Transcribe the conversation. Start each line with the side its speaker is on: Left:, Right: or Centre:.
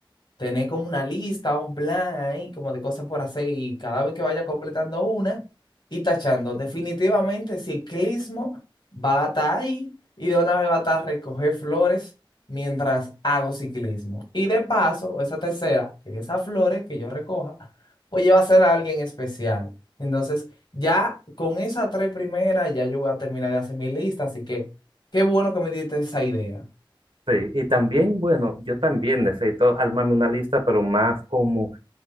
Left: tener como una lista, un plan ahí, como de cosas por hacer y cada vez que vaya completando una y tachando, definitivamente ciclismo va a estar ahí y de una vez va a estar recoger flores mientras hago ciclismo. Y de paso, esa tercera, que esas flores que yo recoja, pues va a ser a alguien especial. Entonces, ya con esas tres primeras, ya yo voy a terminar de hacer mi lista, así que qué bueno que me diste esa idea.
Right: Sí, y también, bueno, yo también necesito armarme una lista, pero más como